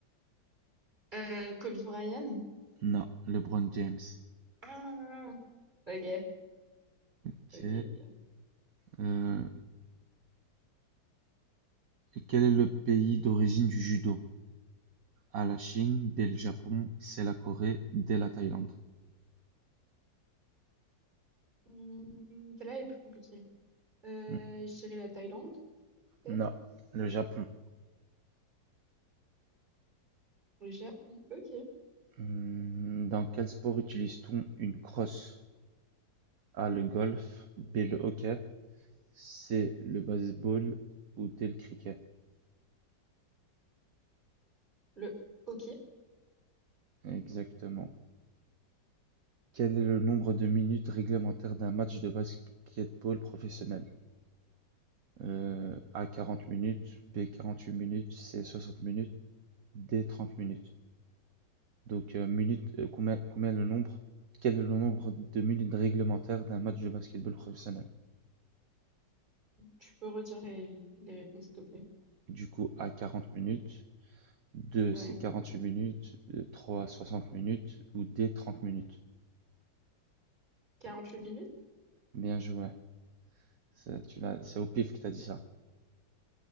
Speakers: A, on the right; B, on the right.
A: Euh, Kobe Bryant.
B: Non, LeBron James.
A: Ah, ok,
B: Ok.
A: ok, ok.
B: Euh, quel est le pays d'origine du judo? A, la Chine, B, le Japon, C, la Corée, D, la Thaïlande.
A: Hmm, celle-là est plus compliquée. Euh,
B: Hmm,
A: je dirais la Thaïlande, peut-être.
B: Non, le Japon.
A: Ou Le Japon. Ok.
B: Hmm, Dans quel sport utilise-t-on une crosse? A le golf, B le hockey, C le baseball ou D le cricket.
A: Le... Ok.
B: Exactement. Quel est le nombre de minutes réglementaires d'un match de basketball professionnel? Euh, A 40 minutes, B 48 minutes, C 60 minutes, D 30 minutes. Donc euh, minutes, euh, combien, combien le nombre? Quel est le nombre de minutes réglementaires d'un match de basketball professionnel?
A: Tu peux redire les, les réponses, s'il te plaît.
B: Du coup, A 40 minutes, 2
A: Ouais.
B: c'est 48 minutes, 3 60 minutes ou D 30 minutes.
A: quarante-huit minutes?
B: Bien joué. C'est, tu l'as, c'est au pif que t'as dit ça.